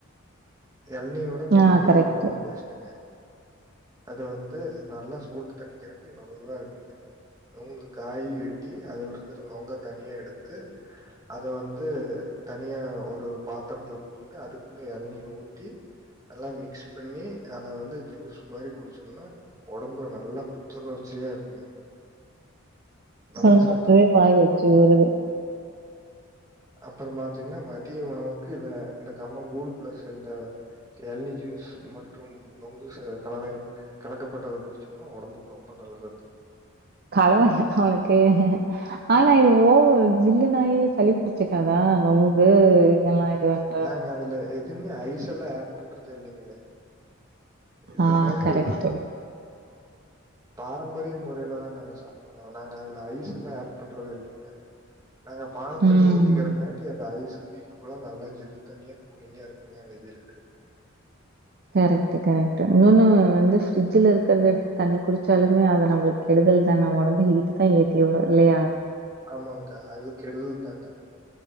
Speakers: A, on the right (about 15°); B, on the right (about 45°).
A: எளனீ வுட நுங்குதோட
B: ஆ கரெக்ட்டு.
A: இது பெஸ்ட்டுங்க அது வந்து நல்லா சூட்டு தண்ணிக்கிறதுக்கு நல்லதா இருக்குங்க நொங்கு காய் வெட்டி அதுல இருக்குற நொங்க தனியா எடுத்து அத வந்து தனியா ஒரு பாத்திரத்துல போட்டு அதுக்குள்ள எளநீய ஊத்தி நல்லா மிக்ஸ் பண்ணி அத வந்து ஜூஸ் மாதிரி குடிச்சோன்னா ஒடம்புல நல்லா புத்துணர்ச்சியா இருக்குங்க நல்லா
B: சொல்றபையே
A: சத்து குடுக்குங்க.
B: வாயல எச்சு ஊறுது
A: அப்றோ பாத்தீங்கன்னா மதிய உணவுக்கு இத இந்த கம்போ கூல் ப்ளஸ் இந்த எளநீ ஜூஸ் மற்றும் நொங்கு சே கலவை கலக்கப்பட்டது குடிச்சோம்னா ஒடம்புக்கு ரொம்ப நல்லதுங்க
B: கலவையா அவனக்கு ஆனா இது ஓவர் ஜில்லுன்னு ஆயி சளி பிடிச் வச்சக்காதா நொங்கு இதெல்லாம் இது வந்
A: நாங்க அதுல எதுவுமே ஐஸ் எல்லாம் ஆட் பண்றதே இல்லீங்களே இது
B: ஆ
A: மாரி
B: கரெக்ட்டு.
A: பாரம்பரிய முறையில தான் நாங்க சாப்பிடுறோம் நாங்க அதுல ஐஸ் ஸெல்லா அட் பண்றது இல்லைங்க நாங்க பானத்தண்ணி
B: ம்.
A: ஊத்திக்கிறோங்க அது ஐஸ்க் கியூ ப்லா நல்லா ஜில் தண்ணியா கூலிங்கா இருக்குங்க வெயிலுக்கு
B: கரெக்ட் கரெக்ட் இன்னொன்னு வந்து ஃப்ரிட்ஜ இருக்கற எடுத்து தண்ணி குடிச்சாலுமே அத நம்மளுக்கு கெடுதல் தான் ஒடம்பு ஹீட்டுதா ஏத்தி விடும் இல்லையா
A: ஆமாங்கா அது கெடுதல் தாங்க